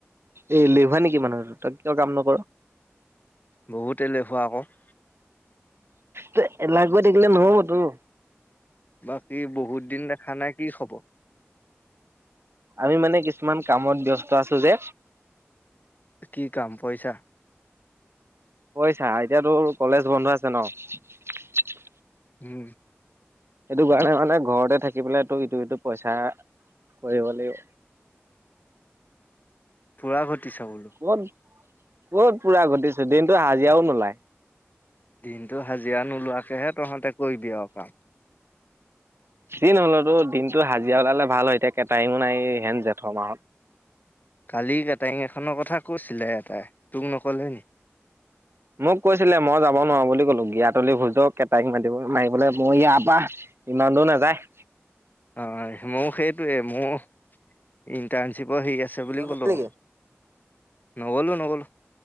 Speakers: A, on the right (about 60°); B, on the left (about 40°).
A: এ' লেভা নেকি মানুৰ ত কাম ন <inaudible>
B: বহুতে এলেহুৱা আকৌ। <inaudible>
A: তই এলাহ কৰি থাকিলে নহব টো।
B: বাকী বহুত দিন দেখা নাই কি খব
A: আমি মানে কিছুমান কামত ব্যস্ত আছো যে।
B: কি কাম পইচা।
A: পইছা আই এতিয়াাতোৰ কলেজ বন্ধ আছে ন?
B: উম।
A: সেইটো কাৰণে মানে ঘৰতে থাকি পেলাইটো ইটো - ইটো পইচা কৰিব লাগিব।
B: পুৰা ঘ টি চাও বোলো
A: ক'ত কত পুৰা ঘটিছো দিনটো হাজিৰাও নোলায়
B: দিনটো হাজিৰা নোলোৱাকেহে তহঁতে কৰিবি আউ কাম
A: যি নহলতো দিনটো হাজিৰা ওলালে ভাল হয় এতিয়া কেটাৰিঙো নাই হেন জেঠ মাহত
B: কালি কেটাৰিঙ এখনৰ কথা কৈছিলে এটাই তোক নকলে নি
A: মোক কৈছিলে মই যাব নোৱাৰো বুলি কলো গিয়াতলি ভোজক কেটাইং মাতি মাৰিবলৈ মই ইয়াৰ পৰা ইমান দূৰ নাযায়
B: অ হয় মোৰ সেইটোৱে মোৰ ইণ্টাৰ্ণশ্বিপ মই হেইক আছে বুলি
A: তই নগলি
B: কলো
A: নেকি
B: আও নগলো নগল <unintelligible>